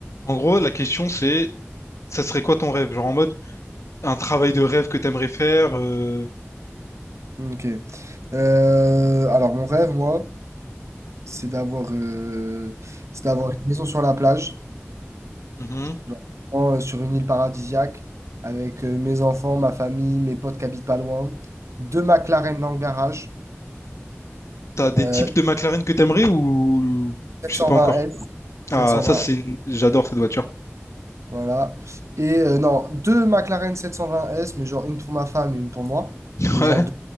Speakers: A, on the left (about 85°); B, on the right (about 80°).
A: En gros, la question, c'est, ça serait quoi ton rêve? Genre en mode, un travail de rêve que t'aimerais faire, euh...
B: Ok. Euh, alors, mon rêve, moi, c'est d'avoir euh, c'est d'avoir une maison sur la plage,
A: mhm.
B: genre, vraiment, euh, sur une île paradisiaque, avec euh, mes enfants, ma famille, mes potes qui habitent pas loin, deux McLaren dans le garage,
A: T'as des
B: euh,
A: types de McLaren que t'aimerais ou
B: sept
A: tu sais
B: cent
A: pas encore?
B: vingt s
A: Ah,
B: sept cent
A: ça,
B: vingt
A: c'est une- J'adore cette voiture.
B: voilà. Et euh, non, deux McLaren sept cent vingt s mais genre une pour ma femme et une pour moi.
A: <laughs>
B: Et
A: Ouais.
B: genre